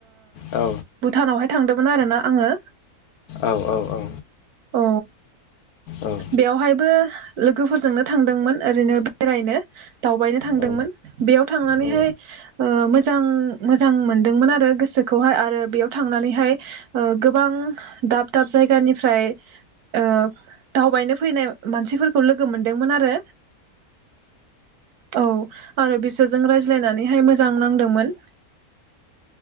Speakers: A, on the left; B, on the right.
A: औ
B: भुटानावहाय थांदों आरोना आङो।
A: औ औ औ।
B: औ।
A: औ
B: बेवहायबो लोगोफोरजोंनो थांदोंमोन ओरैनो बेरायनो। दावबायनो थांदोंमोन
A: औ
B: बेयाव थांनानैहाय
A: औ
B: ओ मोज जां मोजां मोनदोंमोन आरो गोसोखौहाय आरो बेयाव थांनानैहाय गोबां दाब दाब जायगानिफ्राय ओ दावबायनो फैनाय मानसिफोरखौ लोगो मोनदोंमोन आरो औ आरो बिसोरजों रायज्लायनानैहाय मोजां नांदोंमोन